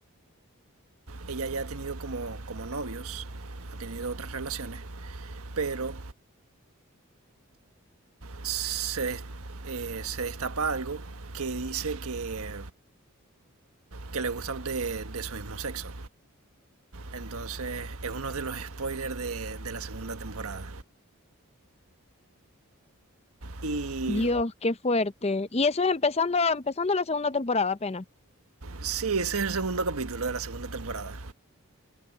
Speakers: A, on the right (about 75°); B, on the left (about 30°).
A: ella ya ha tenido como, como novios, ha tenido otras relaciones, pero se, eh, se destapa algo que dice que, que le gusta de, de su mismo sexo. Entonces es uno de los spoilers de, de la segunda temporada. Y
B: Dios, qué fuerte. Y eso es empezando, empezando la segunda temporada apenas.
A: sí, ese es el segundo capítulo de la segunda temporada.